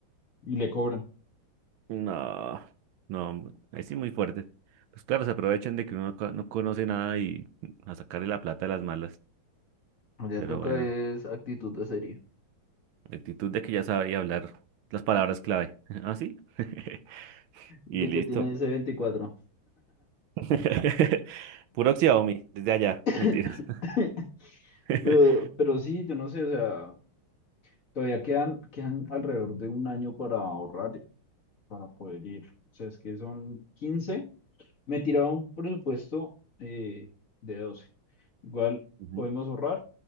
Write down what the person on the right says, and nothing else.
No, no, ahí sí muy fuerte. Pues claro, se aprovechan de que uno co- no conoce nada y a sacarle la plata a las malas.
Pero
bueno,
la actitud de que ya sabía hablar las palabras clave. <laughs> ¿Ah, sí? <laughs> Y
listo.
<laughs> Puro Xiaomi, desde allá.
Mentiras. <laughs>
Ujú.